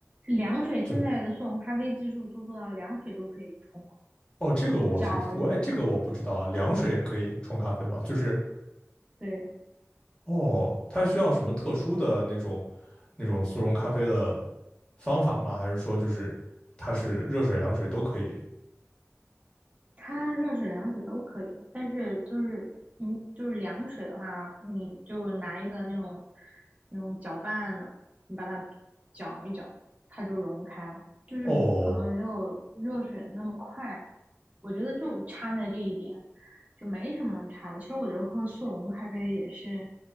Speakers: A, on the right; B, on the left.
A: 凉水现在的速溶咖啡技术都做到凉水都可以冲了，
B: 就哦，这个我是我哎，
A: 就搅了一下。
B: 这个我不知道啊，凉水也可以冲咖啡吗？就是
A: 对，
B: 哦，它需要什么特殊的那种那种速溶咖啡的方法吗？还是说就是它是热水、凉水都可以？
A: 它热水、凉水都可以，但是就是你就是凉水的话，你就拿一个那种那种搅拌的，你把它搅一搅，它就融开了，就是可能没有热水的那么快。
B: 哦，
A: 我觉得就差在这一点，就没什么差的。其实我觉得喝速溶咖啡也是